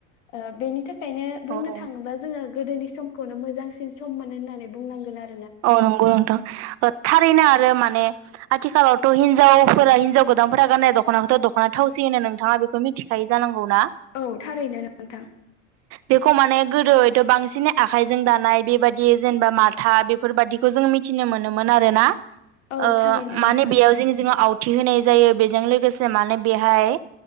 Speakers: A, on the left; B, on the right.
A: ओ बेनि बिनि थाखायनो बुंनो
B: औ औ
A: थाङोब्ला जोङो गोदोनि समखौनो मोजांसिन सममोनो होननानै बुंनांगोन आरो।
B: औ नंगौ नोंथां ओ थारैनो आरो माने आथिखालावथ' हिनजावफोरा हिनजाव गोदानफोरा गाननाय दख'नाखौथ' दख'ना थावसि होनो नोंथाङा बेखौ मिथिखायो जानांगौ ना?
A: औ थारैनो नोंथां।
B: बेखौ माने गोदो हयथ' बांसिन आखायजों दानाय बेबादियै जेनेबा माथा बे फोरबायादिखौ जोङो मिथिनो मोनोमोन आरोना ओ
A: औ थारैनो नोंथां
B: माने बेयाव जिं जिङाव आउ थि होनाय जायो बेजों लोगोसे माने बेहाय